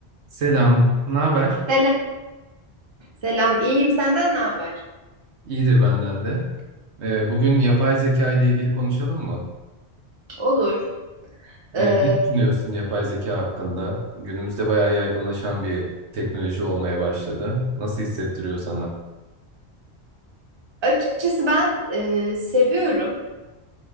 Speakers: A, on the right; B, on the right.
A: Selam, ne haber?
B: Selam, selam. İyiyim. Senden ne haber?
A: İyidir benden de. Ee, bugün yapay zeka ile ilgili konuşalım mı?
B: Olur.
A: Ee,
B: Ee,
A: ne düşünüyorsun yapay zeka hakkında? Günümüzde bayağı yaygınlaşan bir teknoloji olmaya başladı. Nasıl hissettiriyor sana?
B: açıkçası ben e, seviyorum